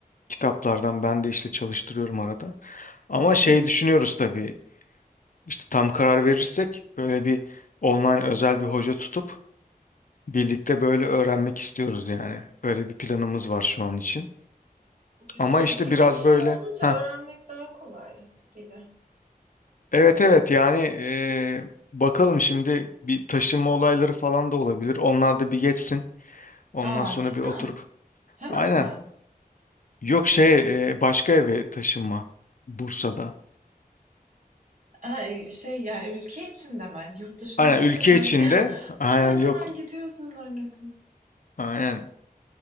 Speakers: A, on the left; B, on the right.
A: kitaplardan ben de işte çalıştırıyorum arada. Ama şey
B: hı.
A: düşünüyoruz tabii. İşte tam karar verirsek böyle bir online özel bir hoca tutup birlikte böyle öğrenmek istiyoruz yani. Böyle bir planımız var şu an için.
B: Güzelmiş.
A: Ama işte
B: İki
A: biraz
B: kişi
A: böyle
B: olunca
A: ha
B: öğrenmek daha kolay dili.
A: evet evet yani eee, bakalım şimdi bir taşınma olayları falan da olabilir. Onlar da bir geçsin. Ondan
B: Aa,
A: sonra
B: cidden?
A: bir oturup
B: Hemen
A: aynen
B: mi?
A: yok şey eee, başka eve taşınma Bursa'da.
B: Ay, şey yani ülke içinde mi? Hani Yurt dışına
A: Aynen
B: deyince
A: ülke
B: ben
A: içinde
B: de bir an, <laughs>
A: aynen
B: bir an
A: yok
B: hemen gidiyorsun zannettim.
A: aynen